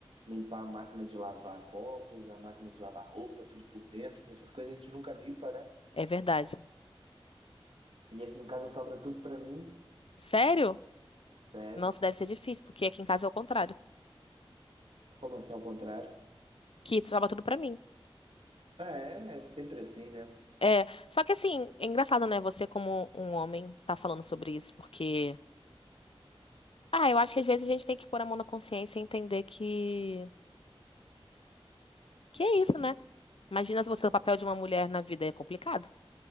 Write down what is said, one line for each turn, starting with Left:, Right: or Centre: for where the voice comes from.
Right: Limpar a máquina de lavar copos, a máquina de lavar roupa, tudo por dentro. Essas coisas a gente nunca limpa, né?
Left: é verdade.
Right: E aqui em casa sobra tudo pra mim.
Left: Sério?
Right: Sério.
Left: Nossa, deve ser difícil, porque aqui em casa é o contrário.
Right: Como assim ao contrário?
Left: Que trava tudo pra mim.
Right: É, é sempre assim, né?
Left: É, só que assim, é engraçado, né? Você, como um homem, tá falando sobre isso, porque. Ah, eu acho que às vezes a gente tem que pôr a mão na consciência e entender que. Que é isso, né? Imagina se você é o papel de uma mulher na vida é complicado.